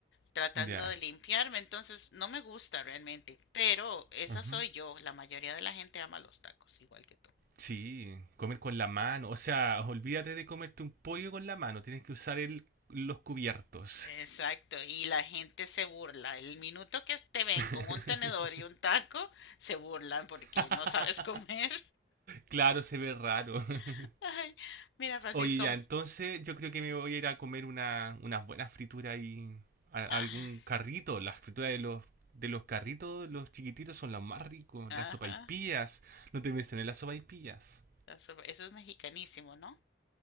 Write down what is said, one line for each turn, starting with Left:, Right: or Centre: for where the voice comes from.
Left: Tratando
Right: ya,
Left: de limpiarme, entonces no me gusta realmente, pero esa
Right: Ujú.
Left: soy yo, la mayoría de la gente ama los tacos, igual que tú.
Right: Sí, comer con la mano, o sea, olvídate de comerte un pollo con la mano, tienes que usar el, los cubiertos.
Left: Exacto, y la gente se burla. El minuto que te ven
Right: <laughs>
Left: con un tenedor y un taco, se burlan porque
Right: <laughs>
Left: no sabes comer.
Right: Claro, se ve raro. <laughs>
Left: <laughs> Ay, mira, Francisco,
Right: Oye, ya, entonces yo creo que me voy a ir a comer una, unas buenas frituras y a- algún
Left: ah,
Right: carrito. Las frituras de los, de los carritos, los chiquititos, son los más ricos.
Left: ajá,
Right: Las sopaipillas. No te mencioné las sopaipillas.
Left: eso eso es mexicanísimo, ¿no?